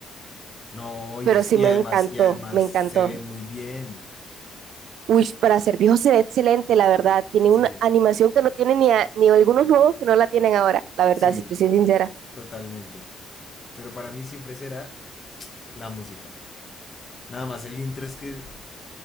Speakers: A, on the left; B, on the right.
A: No, y,
B: pero
A: es-
B: sí
A: y
B: me
A: además,
B: encantó,
A: y además
B: me
A: se
B: encantó.
A: ve muy bien.
B: Uy, para ser viejo se ve excelente, la verdad. Tiene
A: Sí,
B: una animación que no tiene ni, a- ni algunos nuevos que no la tienen ahora, la verdad,
A: sí,
B: si te soy sincera.
A: totalmente. Pero para mí siempre será la música. Nada más el intro es que